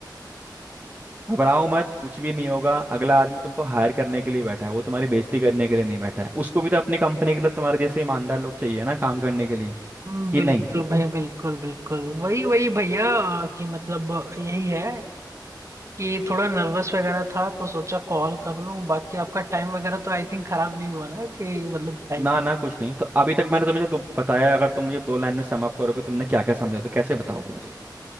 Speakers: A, on the right (about 25°); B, on the right (about 40°).
A: घबराओ मत कुछ भी नहीं होगा अगला आदमी तुमको हायर करने के लिए बैठा है वो तुम्हारी बेइज्जती करने के लिए नहीं बैठा है उसको भी तो अपनी कंपनी के लिए तुम्हारे जैसे ईमानदार लोग चाहिए ना काम करने के लिए
B: हम्म,
A: कि
B: बिल्कुल
A: नहीं
B: भाई बिल्कुल बिल्कुल वही वही भैया कि मतलब यही है कि थोड़ा नर्वस वगैरह था तो सोचा कॉल कर लूं बाकी आपका टाइम वगैरह तो आई थिंक खराब नहीं हुआ ना कि मतलब टाइम
A: ना ना कुछ नहीं तो अभी तक मैंने तुम्हें जो दो- बताया अगर तुम मुझे दो लाइन में सम अप करोगे तुमने क्या क्या समझा तो कैसे बताओगे मुझे